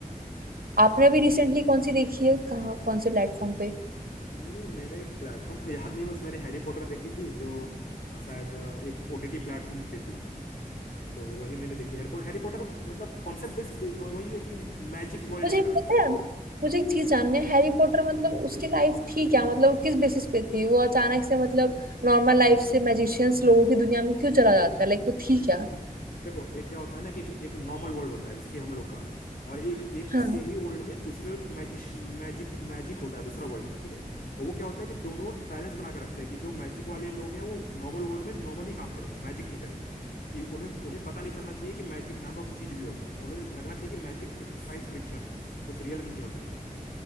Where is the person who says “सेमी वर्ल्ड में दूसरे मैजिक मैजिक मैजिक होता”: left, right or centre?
Left